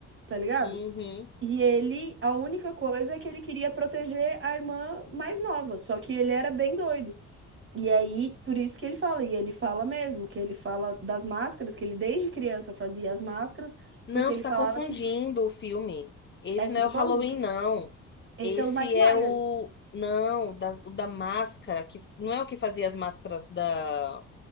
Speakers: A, on the right; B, on the left.
A: tá ligado?
B: Uhum.
A: E ele, a única coisa é que ele queria proteger a irmã mais nova, só que ele era bem doido. E aí, por isso que ele fala, e ele fala mesmo, que ele fala das máscaras, que ele desde criança fazia as máscaras,
B: Não,
A: porque ele
B: tu tá
A: falava
B: confundindo
A: que, que...
B: o filme. Esse
A: É isso
B: não
A: que eu
B: é
A: tô
B: o Halloween,
A: falando? Que-
B: não.
A: Esse
B: Esse
A: é o Mike Myers.
B: é o. Não, da, o da máscara, que não é o que fazia as máscaras da...